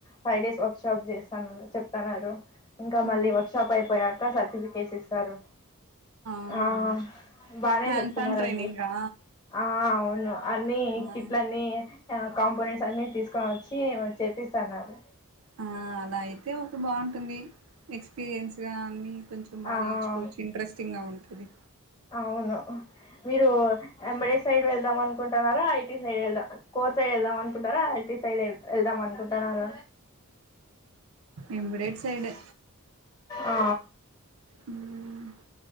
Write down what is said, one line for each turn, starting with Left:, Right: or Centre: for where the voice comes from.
Left: ఫైవ్ డేస్ వర్క్ షాప్ చేస్తానని చెప్తన్నరు, ఇంకా
Right: ఆ
Left: మళ్ళీ వర్క్షాప్ అయిపోయాక సర్టిఫికెట్స్ ఇస్తారు.
Right: అవునా
Left: ఆ బానే
Right: హ్యాండ్స్
Left: చెప్తున్నారండి.
Right: ఆన్ ట్రైనింగా
Left: ఆ అవును. అన్నీ
Right: ఆ
Left: కిట్లన్నీ ఆ కాంపోనెంట్ ట్స్ అన్ని తీసుకొనొచ్చీ మన చేత్ పిస్తన్నారు
Right: ఆ అలా అయితే ఒకె బాగుంటుంది. ఎక్స్పీరియన్స్గా అన్నీ. కొంచం బా
Left: ఆ
Right: నేర్చుకోవచ్చు. ఇంట్రెస్టింగా ఉం అది
Left: అవును. మీరూ ఎంబడెడ్ సైడ్ వెళ్దాం అనుకుంటున్నా రా ఐటి సైడ్ ఎల్దా, కోర్ సైడ్ వెళ్దాం అనుకుంటున్నారా, ఐటి సైడ్ ఎల్ వెళ్దాం అనుకుంటున్నార.
Right: ఎంబడేడ్ స్ సైడే.
Left: ఆ
Right: హ్మ్